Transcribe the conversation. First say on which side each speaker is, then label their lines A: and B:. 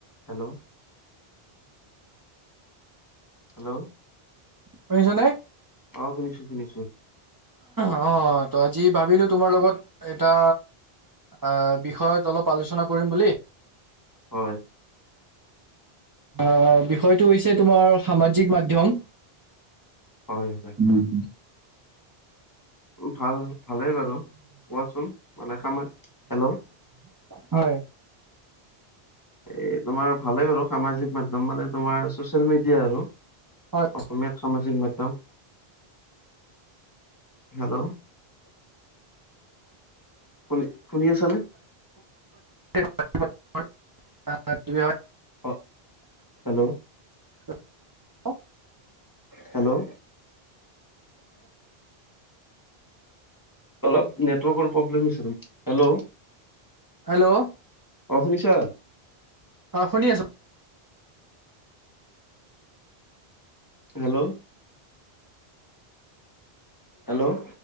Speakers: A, on the left; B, on the right.
A: Hello. Hello!
B: শুনিছ নে?
A: আহ শুনিছো শুনিছো।
B: অ', ত' আজি ভাবিলোঁ তোমাৰ লগত এটা আ, বিষয়ত অলপ আলোচনা কৰিম বুলি।
A: হয়।
B: আহ বিষয়টো হৈছে তোমাৰ সামাজিক মাধ্যয়ম।
A: হয় হয়
B: উম।
A: ভাল ভালেই বাৰু কোৱাচোন মানে খামা হেল্ল'
B: হয়
A: এই তোমাৰ ভালে বাৰু, সামাজিক মাধ্যম মানে তোমাৰ চচিয়েল মেডিয়া আৰু
B: হয়।
A: অসমীয়াত সামাজিক মাধ্যম। হেল্ল' শুনি, শুনি আছানে?
B: <inaudible>
A: অ, হেল্ল'
B: <inaudible>
A: হেল্ল' অলপ নেটৱৰ্কৰ প্ৰব্লেম আছিল। হেল্ল'?
B: হেল্ল'
A: অ' শুনিছা?
B: অ' শুনি আছোঁ
A: হেল্ল', হেল্ল',